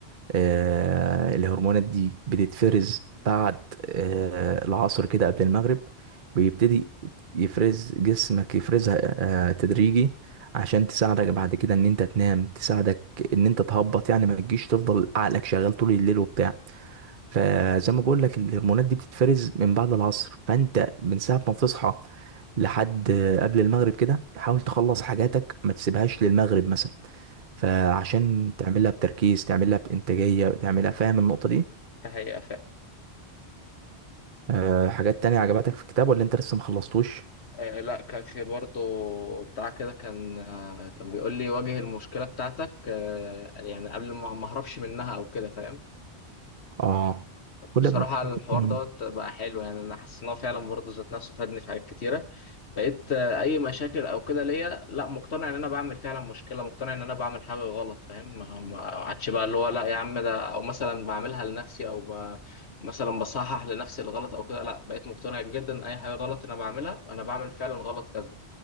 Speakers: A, on the right; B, on the left.
A: آه، الهرمونات دي بتتفرز بعد آه، العصر كده قبل المغرب بيبتدي يفرز جسمك يفرزها آه، تدريجي عشان تساعدك بعد كده ان انت تنام تساعدك ان انت تهبط يعني ما تجيش تفضل عقلك شغال طول الليل وبتاع فزي ما بقول لك الهرمونات دي بتتفرز من بعد العصر فانت من ساعه ما تصحى لحد قبل المغرب كده حاول تخلص حاجاتك ما تسيبهاش للمغرب مثلا فعشان تعملها بتركيز تعملها بانتاجيه تعملها فاهم النقطه دي
B: فهي
A: أه حاجات تانية عجبتك في الكتاب ولا انت لسه ما خلصتوش
B: آه لا كان في برضه بتاع كده كان آه كان بيقول لي واجه المشكلة بتاعتك آه يعني قبل ما ما اهربش منها او كده فاهم
A: اه كل
B: بصراحة
A: ما
B: الحوار
A: مم.
B: دوت بقى حلو يعني انا حاسس ان هو فعلا برضه ذات نفسه فادني في حاجات كتيرة بقيت آه اي مشاكل او كده ليا لا مقتنع ان انا بعمل فعلا مشكلة مقتنع ان انا بعمل حاجة غلط فاهم ما ما عادش بقى اللي هو لا يا عم ده او مثلا بعملها لنفسي او ب... مثلا بصحح لنفسي الغلط او كده لا بقيت مقتنع جدا اي حاجة غلط انا بعملها انا بعمل فعلا غلط كذا